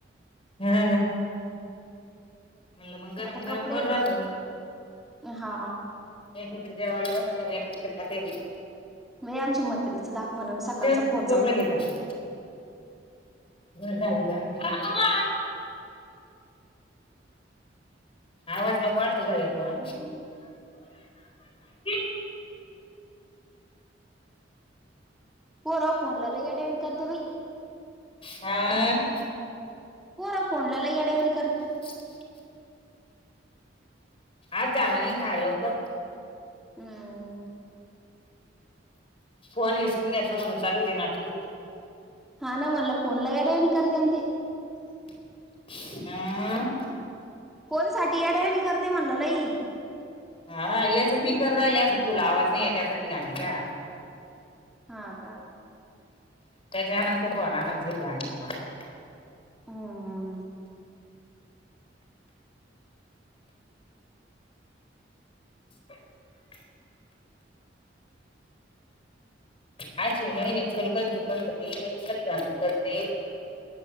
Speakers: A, on the left; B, in the centre.
A: हा म्हणलं मग गरम
B: आता
A: गरम
B: कपडे
A: बरं राहतं
B: दस हा.
A: एकीकडे जेव्हाला बसते एकीकडे खटे बी.
B: बाई आमच्या मत्रीचा दाक म्हणून सकाळचा
A: चल
B: फोन चालू
A: टोपला घे
B: येईल.
A: खाली. घर झााडी द <inaudible> आवाज नको वाटतयं बई कोण <unintelligible>
B: पोरा फोनला लई येड्यावाणी करते बाई.
A: हा,
B: पोरा फोनला येड्यावनी
A: <inaudible> आजे जाणाराय काय लवकर.
B: हम्म.
A: फोन येसकावून घेतला म्हणून चालू दे नाटक
B: हा ना मणला फोनला येड्यावणी करतेन ते.
A: <inaudible>
B: फोन साठी येड्यावाणी करते म्हणल लई.
A: हा याच पिकर राहिल अस फुल आवाज नाही आहे त्याचा बिराणीचा.
B: हा का?
A: त्याच्या नंतर फोन आणायच <unintelligible>
B: हम्म.
A: <inaudible> आ्छ नाहीय नाही चल क कमी होती सरी बाात चलते.